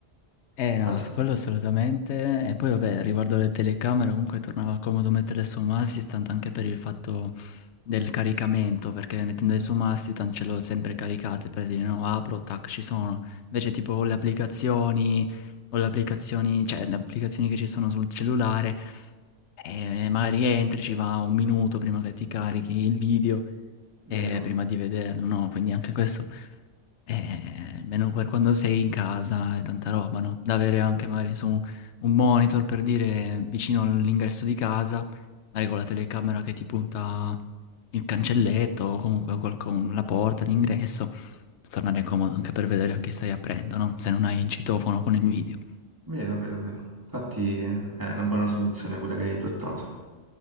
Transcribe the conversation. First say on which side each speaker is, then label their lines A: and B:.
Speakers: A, on the left; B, on the right.
A: Eh
B: però
A: no,
B: sì,
A: su quello assolutamente. E poi vabbè, riguardo alle telecamere, comunque tornava comodo metterle su masti, tanto anche per il fatto del caricamento, perché mettendole su masti, tanto ce l'ho sempre caricate per dire no, apro, tac, ci sono. Invece tipo o le applicazioni, o le applicazioni, cioè le applicazioni che ci sono sul cellulare, eh, magari entri, ci va un minuto prima che ti carichi il video
B: vero,
A: e prima di vederlo, no? Quindi anche questo. Eh, almeno per quando sei in casa e tanta roba, no? Da avere anche magari su un monitor per dire vicino all'ingresso di casa, magari con la telecamera che ti punta il cancelletto o comunque qualcun- la porta, l'ingresso, per tornare comodo anche per vedere a chi stai aprendo, no? Se non hai il citofono con il video. <laughs>
B: vero, vero, vero. Infatti eh, è una buona soluzione quella che hai adottato,